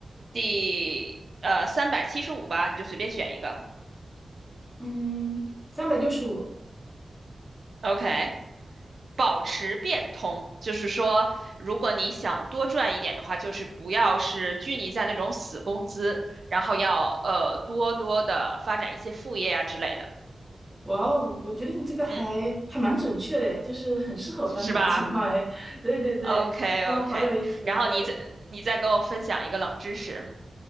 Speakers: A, on the right; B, in the centre.
A: 第呃三百七十五吧，你就随便选一个。
B: 嗯，三百六十五，
A: OK，保持变通，就是说，如果你想多赚一点的话，就是不要是拘泥在那种死工资，然后要呃多多的发展一些副业啊之类的，
B: 哇哦，我觉得你这个还还蛮准确的，
A: 嗯，
B: 就是很适合我当前的情况哎。
A: 是吧
B: <laughs> 对对对，
A: ？OK OK，
B: 哦，好有意思，
A: 然后你再你再给我分享一个冷知识。
B: 对，